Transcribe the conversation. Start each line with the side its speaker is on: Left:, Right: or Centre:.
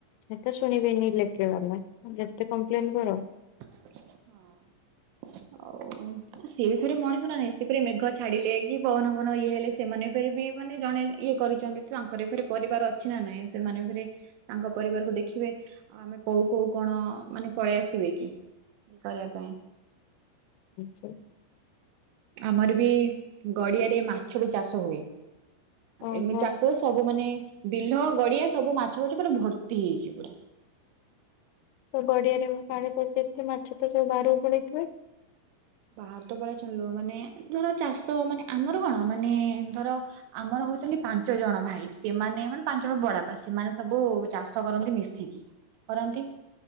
Left: ସେଟ ଶୁଣିବେନି ଇଲେକ୍ଟ୍ର ବାଲା ଯେତେ କମ୍ପ୍ଲେନ କର।
Right: <inaudible> ଆଉ? ସେଏ ବି ଫେରେ ମଣିଷ ନା ନାହିଁ, ସେପୁଣି ମେଘ ଛାଡ଼ିଲେ, କି ପବନ ଫବନ ଇଏ ହେଲେ, ସେମାନେ ଫେରେ ବି ମାନେ ଜଣେ ଇଏ କରିଛନ୍ତି ତାଙ୍କର ଏ ଫରେ ପରିବାର ଅଛି ନା ନାଇଁ ସେମାନେ ଫରେ ତାଙ୍କ ପରିବାରକୁ ଦେଖିବେ। ଆଉ ଆମେ କୋଉ କୋଉ କଣ ମାନେ ପଳେଇ ଆସିବେ କି, ଇଏ କରିବା ପାଇଁ।
Left: ସେ
Right: ଆମର ବି ଗଡିଆରେ ମାଛ ବି ଚାଷ ହୁଏ
Left: ଓହୋ
Right: ଏମିତି ଚାଷ ସବୁ ମାନେ ବିଲ ଗଡିଆ ସବୁ ମାଛ ମାଛ ପୁରା ଭର୍ତ୍ତି ହେଇଛି ପୁରା।
Left: ତ ବଡିଆରେ ମୁଁ ପାଣି ପଶେଇଥିଲି ମାଛ ତ ସବୁ ବାହାରକୁ ପଡିଇଥିବେ।
Right: ବାରତ ପଳାଚିଲୁ ମାନେ ଧର ଚାଷ ମାନେ ଆମର କଣ ମାନେ ଧର ଆମର ହଉଛନ୍ତି ପାଞ୍ଚ ଜଣ ଭାଇ। ସେମାନେ ମାନେ ପାଞ୍ଚଜଣ ବଡବାପା ସେମାନେ ସବୁ ଚାଷ କରନ୍ତି ମିଶିକି। କରନ୍ତି